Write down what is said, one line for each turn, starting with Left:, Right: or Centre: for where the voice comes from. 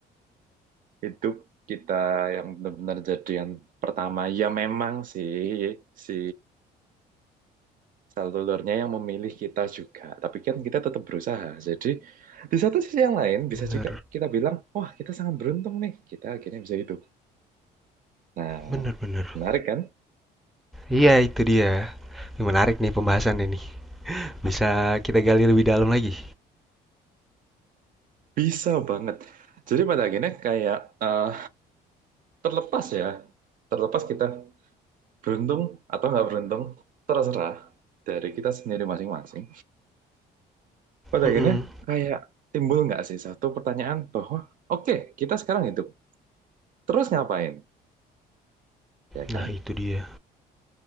Right: hidup, kita yang benar-benar jadi yang pertama. Ya memang sih, si selulurnya yang memilih kita juga. Tapi kan kita tetap berusaha. Jadi di satu sisi yang lain bisa
Centre: bener,
Right: juga kita bilang, wah kita sangat beruntung nih, kita akhirnya bisa hidup. Nah,
Centre: bener, bener.
Right: menarik kan?
Centre: Iya, itu dia. Ini menarik nih pembahasan ini. Bisa kita gali lebih dalam lagi.
Right: Bisa banget. Jadi pada akhirnya kayak eh, terlepas ya, terlepas kita beruntung atau nggak beruntung, terserah dari kita sendiri masing-masing. Pada
Centre: Mm-mm.
Right: akhirnya kayak timbul nggak sih satu pertanyaan bahwa oke kita sekarang hidup, terus ngapain, ya
Centre: Nah
Right: kan?
Centre: itu dia.